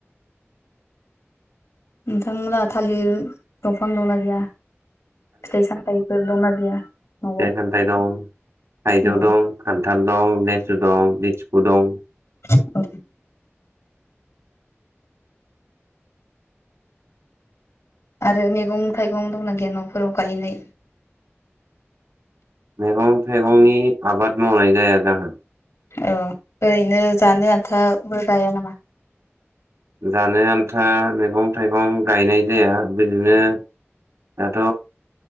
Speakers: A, on the left (about 80°); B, on the right (about 80°).
A: नोंथांमोनहा थालिर दंफां दंना गैया? फिथाइ सामथायफोर दंना गैया? न'आव
B: फिथाय- सामथाइ दं। थाइजौ
A: औ
B: दं, खान्थाल दं, लेसु दं, ले रख' दं
A: औ। आरो मैगं-थाइगं दंना गैया न'फोराव गायनाय?
B: मैगं-थाइगंनि आबाद मावनाय जाया जाहा।
A: औ ओरैनो जानो आन्थाबो गाया नामा?
B: जानो आन्था मैगं- थाइगं गायनाय जाया बिदिनो दाथ'